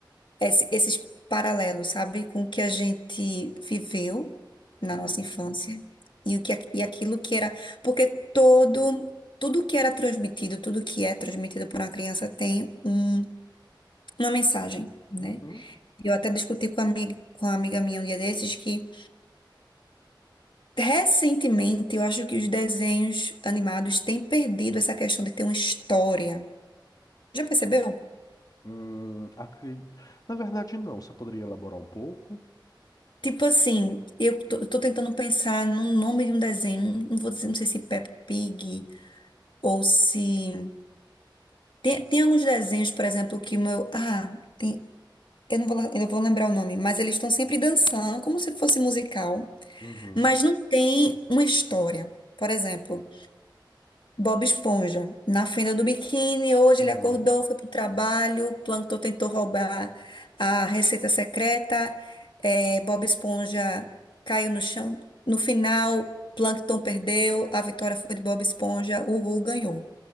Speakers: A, on the left; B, on the left.
A: esse- esses paralelos, sabe? Com o que a gente viveu na
B: Uhum.
A: nossa infância e, o que, e aquilo que era. Porque todo, tudo que era transmitido, tudo que é transmitido por uma criança tem um, uma mensagem. né?
B: Uhum.
A: Eu até discuti com a amiga, com uma amiga minha um dia desses que, recentemente, eu acho que os desenhos animados têm perdido essa questão de ter uma história. Já percebeu?
B: Hum, acre- Na verdade, não. Você poderia elaborar um pouco?
A: Tipo assim, eu tô, eu tô tentando pensar no nome de um desenho, não vou dizer, não sei se Peppa Pig ou se... Tem, tem alguns desenhos, por exemplo, que o meu... Ah, tem, eu não vou, lá- eu vou lembrar o nome, mas eles estão sempre dançando, como se fosse musical,
B: Uhum.
A: mas não tem uma história. Por exemplo... Bob Esponja, na fenda do biquíni, hoje
B: Uhum.
A: ele acordou, foi pro trabalho, o Plankton tentou roubar a receita secreta, eh, Bob Esponja caiu no chão. No final, Plankton perdeu, a vitória foi de Bob Esponja, o Ru ganhou.